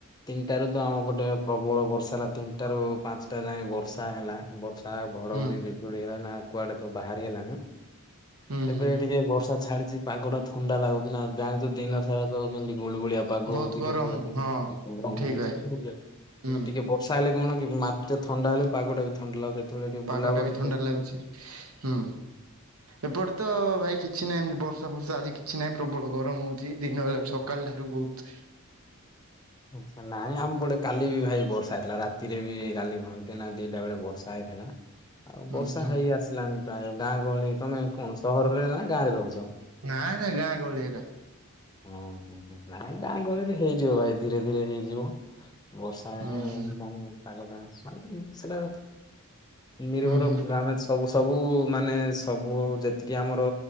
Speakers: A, on the left; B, on the right.
A: ତିନିଟାରୁ ତ ଆମ ପଟେ ପ୍ରବଳ ବର୍ଷା ହେଲା ତିନିଟାରୁ ପାଞ୍ଚଟା ଯାଏ ବର୍ଷା ହେଲା ବର୍ଷ୍ ଆ-ଆ ଘଡଘଡି
B: ହୁଁ
A: ବିଜୁଳି ହେଲା ନା କୁଆଡେ ତ ବାହାରି ହେଲା ନା
B: ହୁଁ
A: ଏବେ
B: ହୁଁ
A: ଟିକେ ବର୍ଷା ଛାଡିଛି ପାଗଟା ଥଣ୍ଡା ଲାଗୁଛିନା ଜାଣିଛୁ ଦିନ ସାରା ତ କେମିତି ଗୁଳୁଗୁଳିଆ ପାଗ
B: ବହୁତ
A: ହଉଛି
B: ଗରମ
A: କେତେବେଳେ କେମିତି
B: ହଁ
A: ଗରମ
B: ଠିକ
A: ହଉଛି
B: ଭାଇ
A: <inaudible>
B: ହୁଁ
A: ଟିକେ ବର୍ଷା ହେଲେ କଣ କି ମାଟିଟା ଥଣ୍ଡା ହେଲେ ପାଗଟା ବି ଥଣ୍ଡା ଲାଗୁଛି। ଯେତେବେଳେ ଟିକେ
B: ପାଗଟା
A: ବୁଲାବୁଲି
B: ବି ଥଣ୍ଡା ଲାଗୁଛି, ହୁଁ। ଏପଟେ ତ ଭାଇ କିଛି ନାହିଁ ଏମତି ବର୍ଷାଫର୍ଷା ଆଜି କିଛି ନାହିଁ ପ୍ରବଳ ଗରମ ହଉଛି ଦିନବେଲା ସକାଳଠାରୁ। ବହୁତ୍
A: ଆଛା ନାଇଁ, ଆମ ପଟେ କାଲି ବି ଭାଇ ବର୍ଷା ହେଇଥିଲା ରାତିରେ ବି କାଲି ଘଣ୍ଟେ ନା ଦିଟା ବେଳେ ବର୍ଷା ହେ ହେଲା। ଆଉ
B: ହୁଁ
A: ବର୍ଷା
B: ହୁଁ
A: ହେଇ ଆସିଲାଣି ପ୍ରାୟ ଗାଁ ଗହଳି ତମେ କଣ ସହରରେ ନା ଗାଁରେ ରହୁଛ?
B: ନାଇଁ ନାଇଁ ଗାଁ ଗହଳି ଏକା
A: ହଁ ହୁଁ ହୁଁ, ନାଇଁ ଗାଁଆ ଗହଳିରେ ହେଇଯିବ ଭାଇ ଧୀରେ ଧୀରେ ହେଇଯିବ। ବର୍ଷା ହେଲେ
B: ହୁଁ ହୁଁ
A: ମାନେ ପାଗଟା <inaudible> ସେଟା ନିର୍ଭର
B: ହୁଁ
A: ଆମେ ସବୁ ସବୁ ମାନେ ସବୁ ଯେତିକି ଆମର